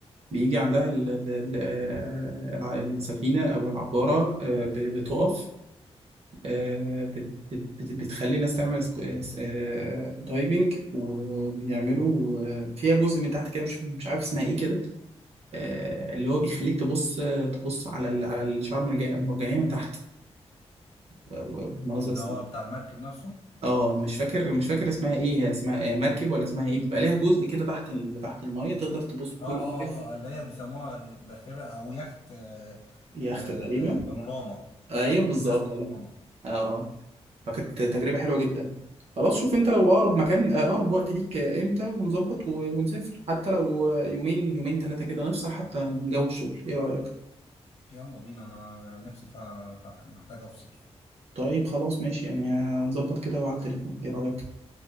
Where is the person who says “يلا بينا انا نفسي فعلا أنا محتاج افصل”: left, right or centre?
Left